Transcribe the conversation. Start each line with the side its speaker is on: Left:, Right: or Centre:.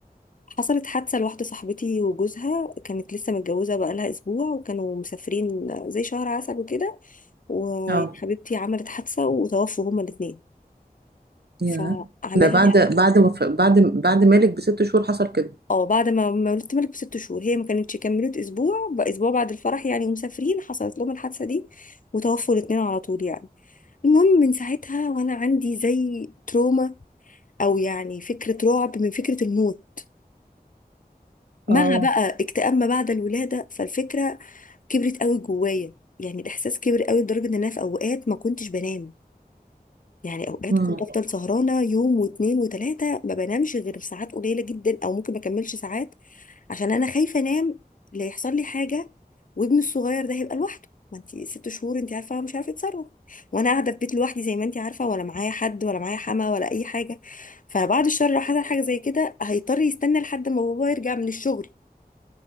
Left: حصلت حادثه لواحده صاحبتي وجوزها كانت لسه متجوزه بقالها اسبوع وكانوا مسافرين زي شهر عسل وكده وحبيبتي
Right: اه
Left: عملت حادثة وتوفوا هما الاتنين
Right: يا
Left: فعمل
Right: ده بعد
Left: لي
Right: بعد وف... بعد بعد مالك بست شهور حصل كده
Left: اه بعد ما ما ولدت ملك بست شهور هي ما كانتش كملت اسبوع بقى اسبوع بعد الفرح يعني ومسافرين حصلت لهم الحادثة دي وتوفوا الاتنين على طول يعني المهم من ساعتها وانا عندي زي تروما او يعني فكرة رعب من فكرة الموت مع
Right: اه
Left: بقى اكتئاب ما بعد الولادة فالفكرة كبرت قوي جوايا يعني الاحساس كبر قوي لدرجة ان انا في اوقات ما كنتش بنام يعني اوقات
Right: مم.
Left: كنت افضل سهرانه يوم واتنين وتلاته ما بنامش غير ساعات قليله جدا او ممكن ما اكملش ساعات عشان انا خايفه انام لا يحصل لي حاجه وابني الصغير ده هيبقى لوحده ما انت ست شهور انت عارفه هو مش عارفه يتصرف وانا قاعده في بيت لوحدي زي ما انت عارفه ولا معايا حد ولا معايا حما ولا اي حاجه فبعد الشر لو حصل حاجه زي كده هيضطر يستنى لحد ما بابا يرجع من الشغل